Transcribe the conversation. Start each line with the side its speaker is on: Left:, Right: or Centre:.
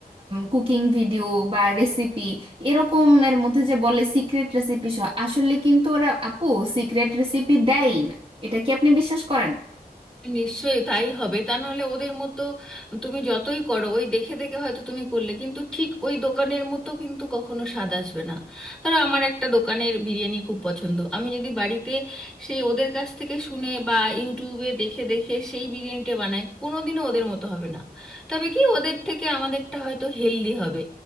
Right: কুকিং ভিডিও বা রেসিপি এরকমের মধ্যে যে বলে সিক্রেট রেসিপি সহ আসলে কিন্তু ওরা আপু সিক্রেট রেসিপি দেয়ই না এটা কি আপনি বিশ্বাস করেন
Centre: নিশ্চয়ই তাই হবে তা নাহলে ওদের মতো তুমি যতই করো ওই দেখে দেখে হয়তো তুমি করলে কিন্তু ঠিক ওই দোকানের মতো কিন্তু কখনো স্বাদ আসবে না ধরো আমার একটা দোকানের বিরিয়ানি খুব পছন্দ আমি যদি বাড়িতে সেই ওদের কাছ থেকে শুনে বা ইউটিউবে দেখে দেখে সেই বিরিয়ানিটা বানাই কোনোদিনও ওদের মতো হবে না তবে কি ওদের থেকে আমাদেরটা হয়তো হেলদি হবে